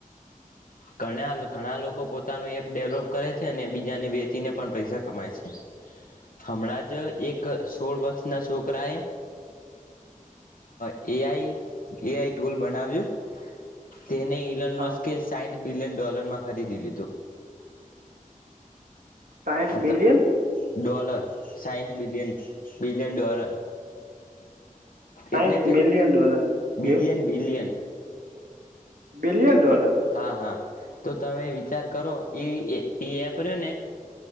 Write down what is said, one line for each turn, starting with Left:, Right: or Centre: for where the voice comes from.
Left: ઘણા ઘણા લોકો પોતાનું એપ ડેવલોપ કરે છે અને બીજાને વેચીને પણ પૈસા કમાય છે, હમણાં જ એક સોળ વર્ષના છોકરા એ એ આઈ એ આઈ ટુલ બનાવ્યો, તેને ઇલન
Right: હા
Left: માસ્કે સાઠ બિલિયન ડોલરમાં ખરિદી લીધું.
Right: સાઠ
Left: ખતમ
Right: બિલિયન
Left: ડોલર સાઠ બિલિયન બિ લે દ્વારા
Right: સાઠ
Left: એટલે કે
Right: મિલિયન ડોલર
Left: બિલિયન
Right: એવું
Left: બિલિયન.
Right: Billion dollar.
Left: હા હા. તો તમે વિચાર કરો એ એપ રહ્યો ને